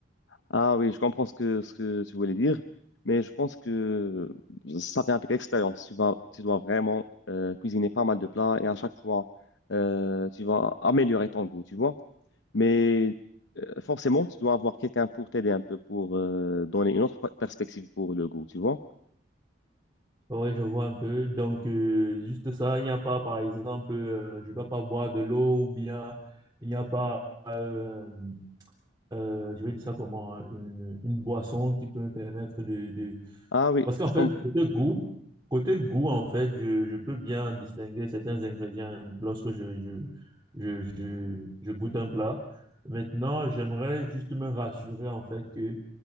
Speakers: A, on the left (about 80°); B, on the right (about 20°).
A: Ah oui, je comprends ce que, ce que tu voulais dire. Mais je pense que ça vient avec l'expérience. Tu vas, tu dois vraiment euh, cuisiner pas mal de plats et à chaque fois, euh, tu vas améliorer ton goût, tu vois? Mais euh, forcément, tu dois avoir quelqu'un pour t'aider un peu, pour euh, donner une autre per- perspective pour le goût, tu vois?
B: Oui, je vois un peu. Donc, euh, juste ça, il n'y a pas, par exemple, euh, je ne dois pas boire de l'eau ou bien il n'y a pas, euh, euh, je vais dire ça comment, euh, une, une boisson qui peut me permettre de, de,
A: Ah oui,
B: Parce qu'en
A: je
B: fait,
A: comprends.
B: côté goût, côté goût, en fait, je, je peux bien distinguer certains ingrédients lorsque je, je, je, je, je goûte un plat. Maintenant, j'aimerais juste me rassurer, en fait, que